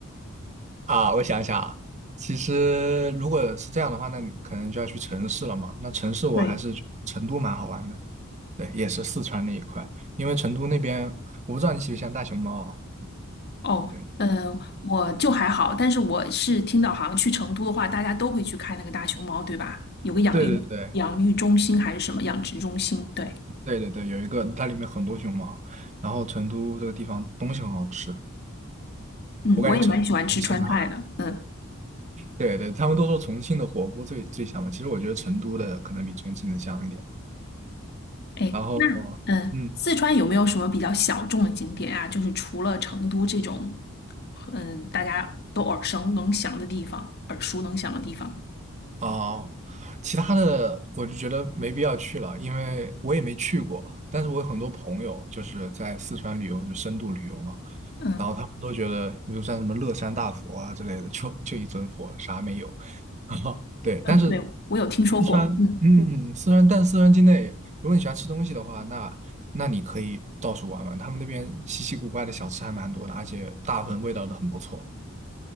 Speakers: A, on the right; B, on the left.
A: 啊，我想想啊，其实如果是这样的话，那你可能就要去城市了嘛。那城市我还是成都蛮好玩的，
B: 对。
A: 对，也是四川那一块，因为成都那边我不知道你喜不喜欢大熊猫啊。
B: 哦，
A: 对，
B: 嗯，我就还好，但是我是听到好像去成都的话，大家都会去看那个大熊猫，对吧？有个养育养育中心还是什么养殖中心？
A: 对对对
B: 对，
A: 对对对，有一个它里面很多熊猫，然后成都这个地方东西很好吃，
B: 嗯，
A: 我感觉成都比重庆还好。
B: 我也蛮喜欢吃川菜的，嗯，
A: 对对，他们都说重庆的火锅最最香嘛，其实我觉得成都的可能比重庆的香一点。
B: 哎，
A: 然后，
B: 那嗯，
A: 嗯，
B: 四川有没有什么比较小众的景点啊？就是除了成都这种，嗯，大家都耳熟能详的地方，耳熟能详的地方，
A: 哦，其他的我就觉得没必要去了，因为我也没去过。但是我有很多朋友就是在四川旅游，就深度旅游嘛，
B: 嗯
A: 然后他们都觉得，比如像什么乐山大佛啊之类的，就就一尊佛，啥没有。<laughs> 对，
B: 嗯，
A: 但是
B: 对，我有听说过，
A: 四川，
B: 嗯
A: 嗯，四川，但四川境内，如果你喜欢吃东西的话，那那你可以到处玩玩，他们那边稀奇古怪的小吃还蛮多的，而且大部分味道都很不错。